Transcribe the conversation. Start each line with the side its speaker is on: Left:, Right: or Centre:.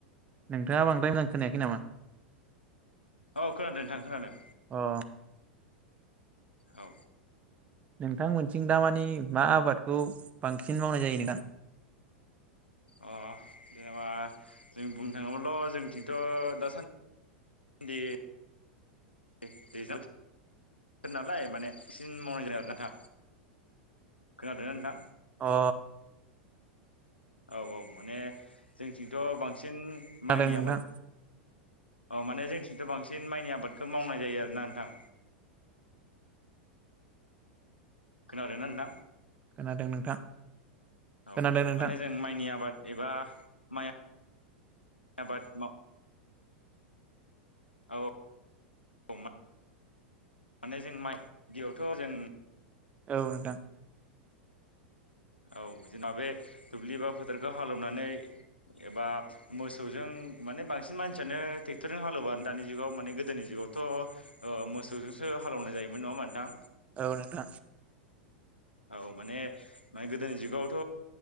Right: नोंथाङा बांद्राय मोजां खोनायाखै नामा?
Left: औ खोनादों नोंथां खोनादों।
Right: अ
Left: औ
Right: नोंथांमोनथिं दाामानिे मा आबादखौ बांसिन मावनाय जायो नोंथां?
Left: अ जेनबा जों बुंनो थाङोमोनल' जोंथिंथ' दासान दि बे <unintelligible> नालाय माने सिन मावनायदों आरो नोंथा खोनादों नोंथां।
Right: अ
Left: औ औ माने जोंथिंथ' बांसिन
Right: खोनादों
Left: माइनि
Right: नोंथां
Left: आबाद अ माने जोंथिंथ' बांसिन माइनि आबादखौ मावनाय जायो आरोना नोंथां। <inaudible> खोनादोंना दा?
Right: खोनादों नोंथां।
Left: औ
Right: खोनादों नोंथां
Left: माने जों माइनि आबाद एबा माइ आबाद माव औ औ माने जों माइ दैयावथ' जों
Right: औ नोंथां
Left: औ जोंना बे दुब्लि बा फोथारखौ हालेवनानै एबा मोसौजों माने बांसिन मानसियानो ट्रेक्टरजों हालेवानो दानि जुगाव माने गोदोनि जु गावथ' मोसौजोंसो हालौवनाय जायोमोन नङा मोनथां
Right: औ नोंथां
Left: औ माने मे गोदोनि जुगावथ'